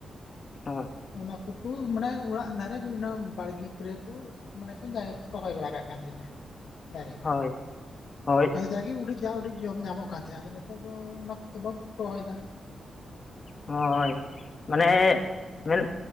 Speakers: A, on the left; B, on the left.
A: ᱦᱳᱭ
B: ᱚᱱᱟ ᱠᱚᱠᱚ ᱢᱟᱱᱮ ᱚᱲᱟᱜ ᱫᱷᱟᱨᱮ ᱚᱱᱟ ᱵᱟᱲᱜᱮ ᱠᱚᱨᱮ ᱠᱚ᱾ ᱢᱟᱱᱮᱠᱤ ᱫᱟᱨᱮ ᱠᱚ ᱨᱚᱦᱚᱭ ᱵᱟᱲᱟ ᱠᱟᱜ ᱠᱟᱱ ᱛᱟᱦᱮ-ᱟ ᱫᱟᱨᱮ᱾
A: ᱦᱳᱭ ᱦᱳᱭ᱾
B: ᱫᱚ ᱡᱟᱜᱮ ᱩᱰᱤ ᱡᱟ ᱩᱰᱤ ᱡᱚᱢ ᱧᱟᱢᱚᱜ ᱠᱟᱱ ᱛᱟᱦᱮ-ᱟ ᱟᱫᱚ ᱱᱤᱛᱚᱜ ᱫᱚ ᱚᱱᱟ ᱠᱚᱫᱚ ᱵᱟᱢ ᱨᱚᱦᱚᱭᱮᱫᱟ᱾
A: ᱦᱳᱭ ᱢᱟᱱᱮ ᱢᱮᱱ